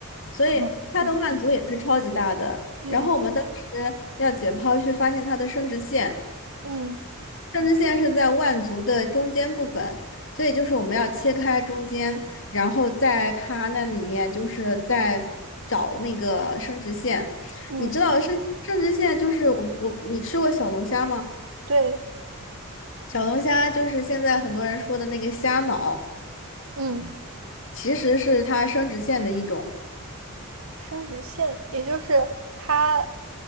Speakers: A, on the left (about 60°); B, on the right (about 70°).
A: 所以它的腕足也是超级大的。
B: <laughs> 嗯
A: 然后我们当时要解剖去发现它的生殖腺，
B: 嗯
A: 生殖腺是在腕足的中间部分，所以就是我们要切开中间，然后在它那里面就是在找那个生殖腺。
B: 嗯，
A: 你知道生生殖腺就是我我你吃过小龙虾吗？
B: 对，
A: 小龙虾就是现在很多人说的那个虾脑。
B: 嗯。
A: 其实是它生殖腺的一种，
B: 生殖腺，也就是它，